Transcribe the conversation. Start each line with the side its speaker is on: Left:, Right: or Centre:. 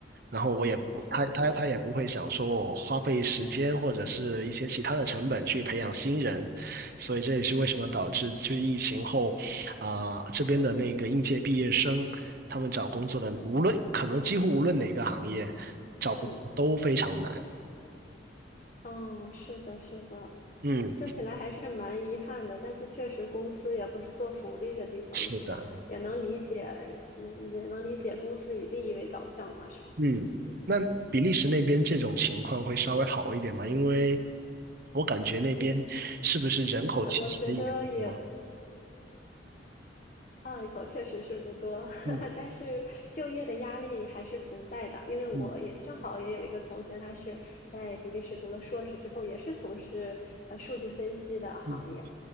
Right: 然后我也不他他他也不会想说我花费时间或者是一些其他的成本去培养新人，
Left: 是的。
Right: 所以这也是为什么导致就是疫情后。
Left: 嗯。
Right: 啊、这边的那个应届毕业生，他们找工作的，无论可能几乎无论哪个行业，找工作都非常难。
Left: 嗯，哦，是的，是的，
Right: 嗯，
Left: 听起来还是蛮遗憾的，但是确实公司也不是做福利的地方，
Right: 是的，
Left: 是吧？也能理解，嗯，也能理解公司以利益为导向嘛，是吧？
Right: 嗯，
Left: 嗯
Right: 那比利时那边这种情况会稍微好一点吗？因为我感觉那边是不是人口其实也不多？
Left: 嗯，嗯我觉得也啊，有确实是不多，<laughs>
Right: 嗯
Left: 但是就业的压力还是存在的，因为我也正好也有一个同学，
Right: 嗯
Left: 他是在比利时读了硕士之后，也是从事呃数据分析的行业。
Right: 嗯